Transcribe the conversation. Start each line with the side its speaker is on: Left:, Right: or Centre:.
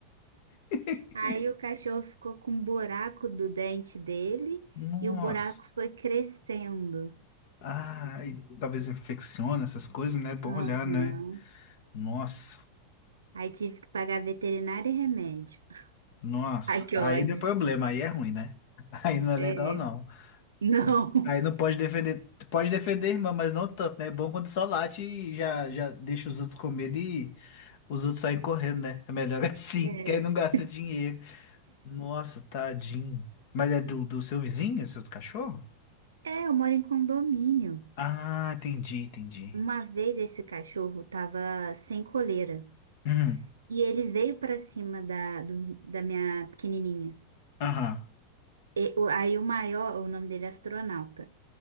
Left: <laughs>
Right: Aí o cachorro ficou com um buraco do dente dele
Left: nossa,
Right: e o buraco foi crescendo.
Left: Ah, e talvez infecciona essas coisas, né? Bom
Right: Aham.
Left: olhar, né? nossa,
Right: Aí tive que pagar veterinário e remédio.
Left: nossa.
Right: Ai,
Left: Nossa.
Right: que
Left: Aí
Right: ódio.
Left: deu problema, aí é ruim, né? <laughs> Aí não é
Right: É.
Left: legal, não.
Right: Não.
Left: Putz, Aí não pode defender, tu pode defender a irmã, mas não tanto, né? É bom quando só late e já, já deixa os outros com medo e os outros saem correndo, né? É melhor <laughs> assim,
Right: É.
Left: que aí não gasta dinheiro. Nossa, tadinho. Mas é do, do seu vizinho, seu cachorro?
Right: É, eu moro em condomínio.
Left: Ah, entendi, entendi.
Right: Uma vez esse cachorro tava sem coleira
Left: Uhum,
Right: e ele veio pra cima da, dos- da minha pequenininha.
Left: aham,
Right: E o- aí o maior, o nome dele é Astronauta,